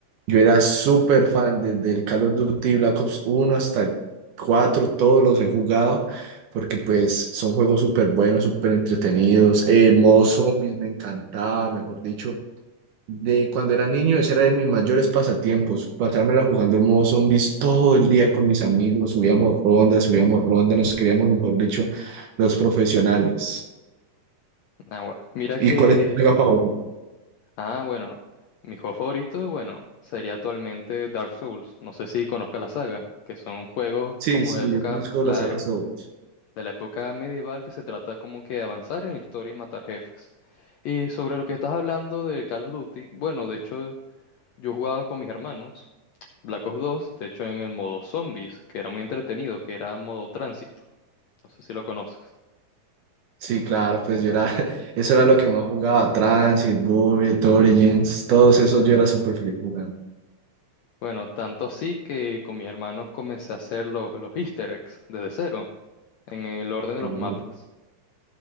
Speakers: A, on the right; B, on the left.
A: Yo era súper fan desde el Call of Duty Black Ops uno hasta el 4. Todos los he jugado porque pues son juegos súper buenos, súper entretenidos. El modo zombies me encantaba, mejor dicho. De cuando era niño, ese era de mis mayores pasatiempos, pasármela jugando el modo zombies todo el día con mis amigos, subíamos rondas, subíamos rondas, nos creíamos, mejor dicho, los profesionales.
B: Ah, gua- Mira
A: ¿Y
B: que...
A: cuál es tu saga favorita?
B: Ah, bueno. Mi juego favorito, bueno, sería actualmente Dark Souls. No sé si conozcas la saga, que son juegos
A: Sí,
B: como
A: sí,
B: de época,
A: yo conozco
B: claro.
A: la saga Souls
B: de la época medieval que se trata como que de avanzar en la historia y matar jefes. Y sobre lo que estás hablando de Call of Duty, bueno, de hecho yo jugaba con mis hermanos Black Ops 2, de hecho en el modo zombies, que era muy entretenido, que era modo tránsito. No sé si lo conoces.
A: Sí, claro, pues yo era, <laughs> eso era lo que más jugaba, Transit, Bullet, Origins, todos esos yo era súper feliz jugando.
B: Bueno, tanto así que con mis hermanos comencé a hacer los, los easter eggs desde cero, en el orden de los
A: Uy.
B: mapas.